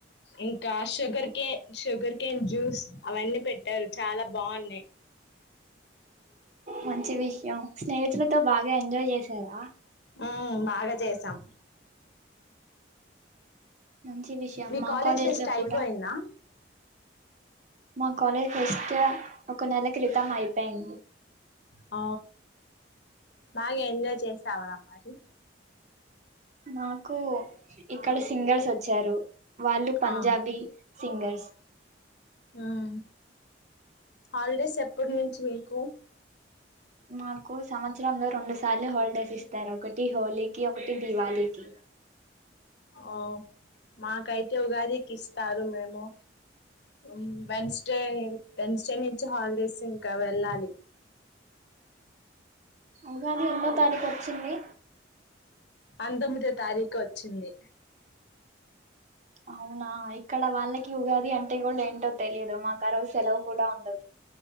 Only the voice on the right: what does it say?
మంచి విషయం స్నేహితులతో బాగా ఎంజాయ్ జేసావా
మంచి విషయం
మా
లో
కూడా మా కాలేజ్ ఫెస్టు ఒక నెల క్రితం అయిపోయింది
మాకు ఇక్కడ సింగర్స్ వచ్చారు వాళ్ళు పంజాబీ
సింగర్స్
మాకు సంవత్సరంలో రెండు సార్లు హాలిడేస్ ఇస్తారు ఒకటి హోలీకి ఒకటి దివాళికి
ఉగాది ఎన్నో తారీకొచ్చింది
అవునా ఇక్కడ వాళ్ళకి ఉగాది అంటే కూడా ఏంటో తెలియదు మాకు ఆరోజు సెలవు కూడా ఉండదు